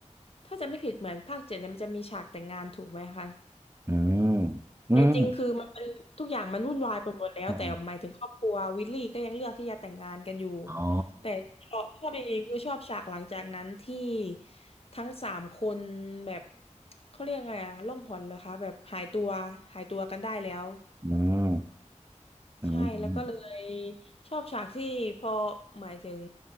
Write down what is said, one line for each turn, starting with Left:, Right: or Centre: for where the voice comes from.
Left: ถ้าจะไม่ผิดเหมือนภาคเจ็ดเนี่ยมันจะมีฉากแต่งงานถูกไหมคะ
Right: อืมอืม
Left: แต่จริงๆคือมันเป็นทุกอย่างมันวุ่นวายไปหมดแล้วแต่หมายถึงครอบครัววิลลี่ก็ยังเลือกที่จะแต่งงานกันอยู่
Right: ใช่อ๋อ
Left: แต่ชอบชอบจริงๆคือชอบฉากหลังจากนั้นที่ทั้งสามคนแบบเขาเรียกไงอะล่องหนเหรอคะแบบหายตัวหายตัวกันได้แล้ว
Right: อืมอืมอืม
Left: ใช่แล้วก็เลยชอบฉากที่พอหมายถึง